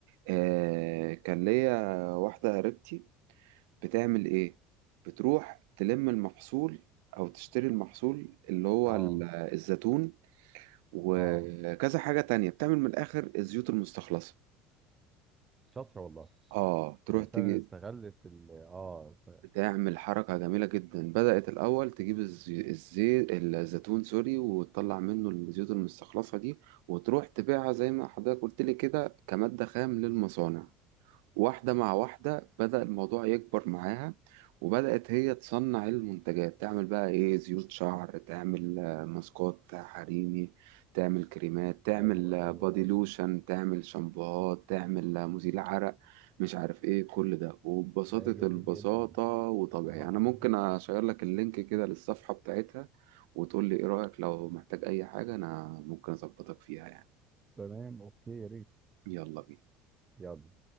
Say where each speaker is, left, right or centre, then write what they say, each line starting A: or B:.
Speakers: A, on the right; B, on the right.
A: آه كان ليا واحدة قريبتي بتعمل إيه؟ بتروح تلم المحصول أو تشتري المحصول اللي هو
B: اه
A: ال- الزيتون وكذا
B: اه
A: حاجة تانية بتعمل من الآخر الزيوت المستخلصة
B: شاطره والله
A: آه تروح
B: آه، فعلا
A: تجي
B: استغلت ال... اه ف...
A: بتعمل حركة جميلة جدا بدأت الأول تجيب الزي... الزي... الزيتون سوري وتطلع منه الزيوت المستخلصة دي وتروح تبيعها زي ما حضرتك قلت لي كده كمادة خام للمصانع واحدة مع واحدة بدأ الموضوع يكبر معاها وبدأت هي تصنع المنتجات تعمل بقى إيه زيوت شعر تعمل آه، ماسكات حريمي تعمل كريمات تعمل
B: ايوه
A: آه،
B: ايوه
A: بودي
B: ايوه
A: لوشن تعمل شامبوهات تعمل آه، مزيل عرق مش عارف إيه كل ده وببساطة
B: ده جميل
A: البساطة
B: جدا
A: وطبيعي
B: اه
A: أنا
B: اه
A: ممكن أشير لك اللينك كده للصفحة بتاعتها وتقول لي إيه رأيك لو محتاج أي حاجة أنا ممكن أظبطك فيها يعني
B: تمام اوكي يا ريت
A: يلا بينا
B: يلا